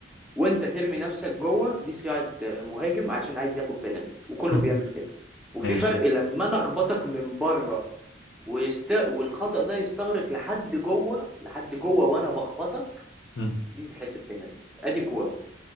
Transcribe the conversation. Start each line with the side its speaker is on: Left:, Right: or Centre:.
Centre: وانت ترمي نفسك جوه دي صياعه آه، مهاجم عشان عايز ياخد بينالتي وكله
Left: امم
Centre: بيعمل كده وفي
Left: ماشي
Centre: فرق لما انا اخبطك من بره ويست... والخطأ ده يستغرق لحد جوه لحد جوه وانا بخبطك
Left: امم
Centre: دي تحسب بينالتي ادي كوره